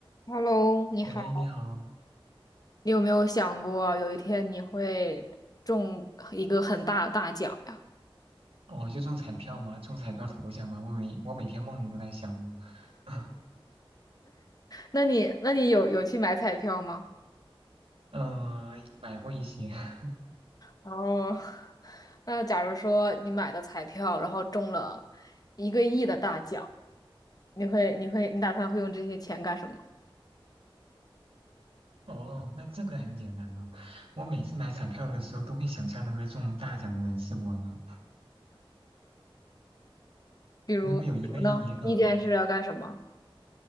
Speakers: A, on the left; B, on the right.
A: Hello，你好。
B: 喂，你好，
A: 你有没有想过有一天你会中一个很大的大奖呀？
B: 哦，就中彩票吗？中彩票头奖吗？我每我每天梦里都在想，<laughs>
A: 那你，那你有有去买彩票吗？
B: 嗯、买过一些，<laughs>
A: 哦，那假如说你买的彩票，然后中了一个亿的大奖，你会，你会，你打算会用这些钱干什么？
B: 哦，那这个很简单了，我每次买彩票的时候都会想象那个中大奖的人是我呢，
A: 比如，
B: 如果有一个亿，
A: 比如呢？
B: 嗯、
A: 第一件事要干什么？